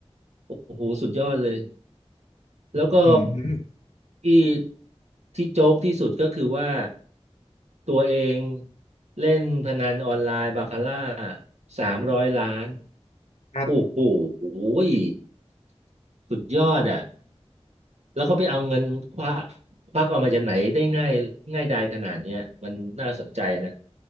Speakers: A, on the right; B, on the left.
A: โอ้โหสุดยอดเลยแล้วก็
B: อืม
A: ที่ที่โจ๊กที่สุดก็คือว่าตัวเองเล่นพนันออนไลน์บาคาร่าสามร้อยล้าน
B: ครับ
A: โอ้โหยสุดยอดอ่ะแล้วเขาไปเอาเงินควักควักออกมาจากไหนได้ง่ายง่ายดายขนาดเนี้ยมันน่าสนใจนะ